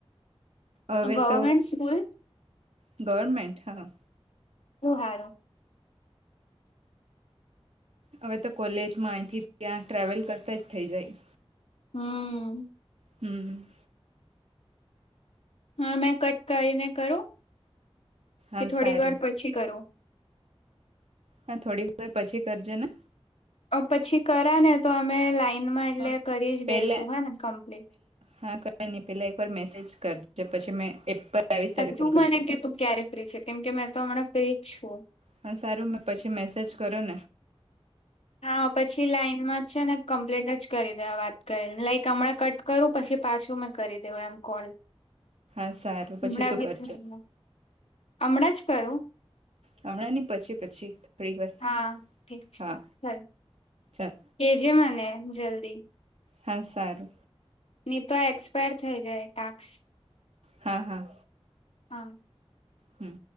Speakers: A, on the right (about 85°); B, on the left (about 80°).
A: હવે
B: ગવર્મેન્ટ
A: તો
B: સ્કૂલ
A: ગવર્મેન્ટ હા
B: શું હારુ.
A: હવે તો કોલેજમાં અહીંથી ત્યાં ટ્રાવેલ કરતા જ થઇ જાય.
B: હમ.
A: હમ.
B: હા મેં કટ કરીને કરું
A: હા
B: કે થોડીક
A: સારું
B: વાર પછી કરું.
A: હા થોડીક વાર પછી કરજે ને.
B: અ પછી કરા ને તો અમે લાઈઇનમાં એટલે
A: હા
B: કરી જ
A: પહેલા
B: લેશું હા ને કમ્પ્લીટ
A: હા. ની પેલા એક વાર મેસેજ કર જે પછી મેં એપ પર આવીશ
B: કા
A: ત્યારે
B: તું
A: કોલ
B: મને
A: કરજે
B: કે તું ક્યારે ફ્રી છે કેમ કે મેં તો હમણાં ફ્રી જ છું.
A: હા સારું મેં પછી મેસેજ કરુ ને
B: હા પછી લાઈનમાં જ છે ને કમ્પ્લીટ જ કરી દેવા વાત કરી લાઈક હમણાં કટ કરું પછી પાછું મેં કરી દેવ એમ કોલ.
A: હા સારું
B: હમણાં
A: પછી તું
B: બી
A: કરજે
B: થ હમણાં જ કરું‌.
A: હમણાં ની પછી પછી. થોડીક વાર
B: હા ઠીક છે
A: હા
B: હમ
A: ચાલ
B: કેજે મને જલ્દી.
A: હા સારું.
B: ની તો આ એક્સપાયર થઈ જાય ટાસ્ક.
A: હા હા.
B: હા.
A: હમ.